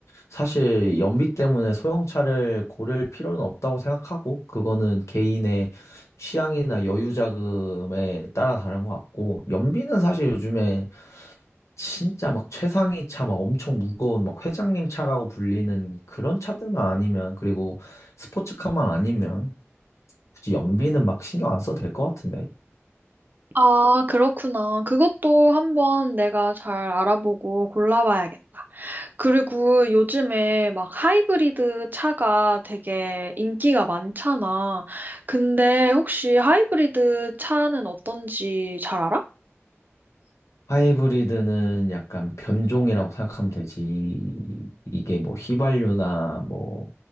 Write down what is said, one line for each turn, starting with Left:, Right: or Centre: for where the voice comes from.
Left: 사실 연비 때문에 소형차를 고를 필요는 없다고 생각하고 그거는 개인의 취향이나 여유 자금에 따라 다른 것 같고 연비는 사실 요즘에 진짜 막 최상위 차 막 엄청 무거운 막 회장님 차라고 불리는 그런 차들만 아니면 그리고 스포츠카만 아니면 굳이 연비는 막 신경 안 써도 될 것 같은데.
Right: 아, 그렇구나. 그것도 한번 내가 잘 알아보고 골라봐야겠다. 그리고 요즘에 막 하이브리드 차가 되게 인기가 많잖아. 근데 혹시 하이브리드 차는 어떤지 잘 알아?
Left: 하이브리드는 약간 변종이라고 생각하면 되지. 이- 이게 뭐 휘발유나 뭐